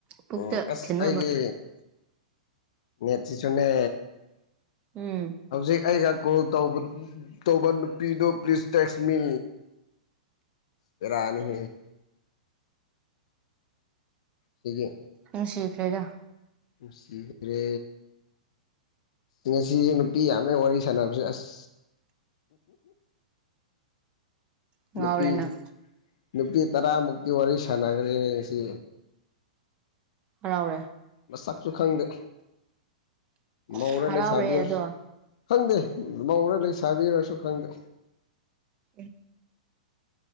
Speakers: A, on the right; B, on the left.
A: ꯄꯨꯛꯇꯥ
B: ꯎꯝ ꯑꯁ
A: ꯊꯤꯟꯅꯕ
B: ꯑꯩꯒꯤ ꯅꯦꯠꯁꯤꯁꯨꯅꯦ
A: ꯎꯝ
B: ꯍꯧꯖꯤꯛ ꯑꯩꯒ ꯀꯣꯜ ꯇꯧꯕ ꯇꯧꯕ ꯅꯨꯄꯤꯗꯨ ꯄ꯭ꯂꯤꯖ ꯇꯦꯛꯁ ꯃꯤ ꯕꯦꯔꯥꯅꯤ ꯍꯦ ꯁꯤꯒꯤ
A: ꯎꯝ ꯁꯤꯈꯔꯗ
B: ꯁꯤꯒ꯭ꯔꯦ ꯉꯁꯤꯁꯦ ꯅꯨꯄꯤ ꯌꯥꯝꯃꯦ ꯋꯥꯔꯤ ꯁꯥꯟꯅꯕꯁꯦ ꯑꯁ
A: ꯉꯥꯎꯔꯦ
B: ꯅꯨꯄꯤ
A: ꯅꯪ
B: ꯅꯨꯄꯤ ꯇꯔꯥꯃꯨꯛꯇꯤ ꯋꯥꯔꯤ ꯁꯥꯟꯅꯒ꯭ꯔꯦꯅꯦ ꯉꯥꯁꯤ
A: ꯍꯔꯥꯎꯔꯦ
B: ꯃꯁꯛꯁꯨ ꯈꯪꯗꯦ ꯃꯧꯔꯥ
A: ꯍꯔꯥꯎꯔꯦ
B: ꯂꯩꯁꯥꯕꯤꯔꯁ
A: ꯑꯗꯣ
B: ꯈꯪꯗꯦ ꯃꯧꯔꯥ ꯂꯩꯁꯥꯕꯤꯔꯥꯁꯨ ꯈꯪꯗꯦ
A: ꯑꯦ